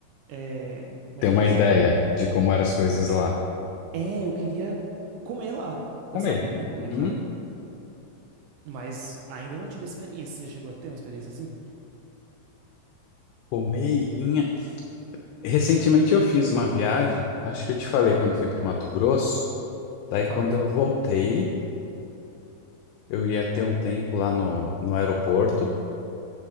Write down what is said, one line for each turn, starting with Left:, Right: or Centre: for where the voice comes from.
Right: É, como
Left: Ter
Right: é que
Left: uma
Right: diz?
Left: ideia de como eram as coisas lá.
Right: É, eu queria comer lá, pra
Left: Comer.
Right: saber, né? Como
Left: Uhum.
Right: é que era. Mas ainda não tive experiência. Você já chegou a ter uma experiência assim?
Left: Comer em... Recentemente eu fiz uma viagem, acho que eu te falei quando fui pro Mato Grosso. Daí quando
Right: Falou,
Left: eu
Right: falou.
Left: voltei, eu ia ter um tempo lá no, no aeroporto.